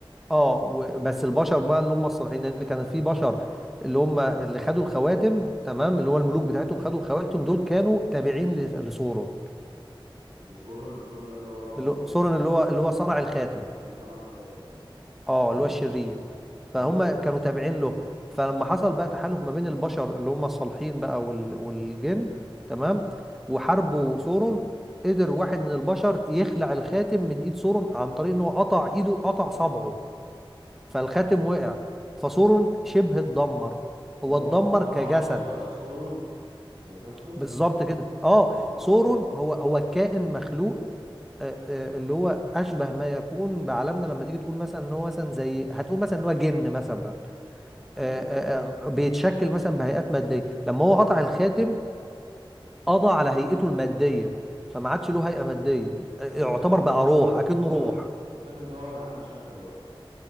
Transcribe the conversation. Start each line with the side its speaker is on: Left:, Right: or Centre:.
Centre: اه و- بس البشر بقى اللي هم الصالحين لان كان في بشر اللي هم اللي خدوا الخواتم تمام اللي هو الملوك بتاعتهم خدوا الخواتم دول كانوا تابعين ل- لسورون
Right: ده سورن سورن ده اللي هو
Centre: اللي هو-
Right: قلنا
Centre: سورون
Right: ايه
Centre: اللي هو اللي هو صنع الخاتم
Right: اللي صنع الخاتم اه
Centre: اه
Right: تمام
Centre: اللي هو الشرير فهم
Right: ايوه اه
Centre: كانوا
Right: تمام
Centre: تابعين له فلما حصل بقى تحالف ما بين البشر اللي هم الصالحين بقى وال... والجن تمام وحاربوا سورون قدر واحد من البشر يخلع الخاتم من ايد سورون عن طريق ان هو قطع ايده قطع صبعه فالخاتم وقع فسورون شبه اتدمر
Right: هو
Centre: هو اتدمر
Right: قطع قطع
Centre: كجسد
Right: اصابع سورن ذات نفسه
Centre: بالظبط كده اه
Right: اه اه
Centre: سورون هو هو كائن مخلوق آه، آه، اللي هو اشبه ما يكون بعالمنا لما تيجي تقول مثلا ان هو مثلا زي هتقول مثلا ان هو جن مثلا آه،
Right: ايوه
Centre: آه،
Right: ايوه
Centre: آه، بيتشكل مثلا بهيئات ماديه لما هو قطع الخاتم قضى على هيئته الماديه فما عادش له هيئه ماديه آه،
Right: يعني
Centre: يعتبر
Right: الخاتم
Centre: بقى
Right: ده هو
Centre: روح
Right: ال...
Centre: اكنه
Right: هو
Centre: روح
Right: اللي الخاتم ده هو اللي عامل شكله يعتبر